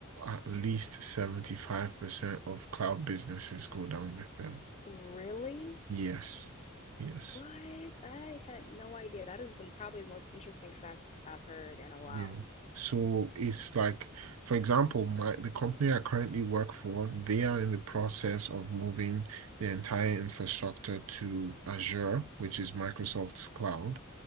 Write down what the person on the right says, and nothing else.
at least 75% of cloud businesses go down with them.
Yes. Yes.
Yeah. So it's like, for example, my the company I currently work for, they are in the process of moving the entire infrastructure to Azure, which is Microsoft's cloud.